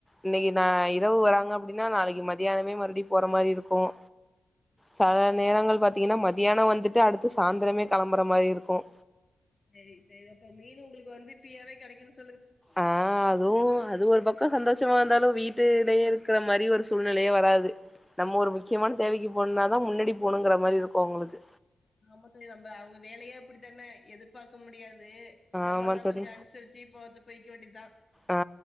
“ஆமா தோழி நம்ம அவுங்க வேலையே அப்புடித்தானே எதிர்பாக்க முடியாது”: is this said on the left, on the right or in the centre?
Left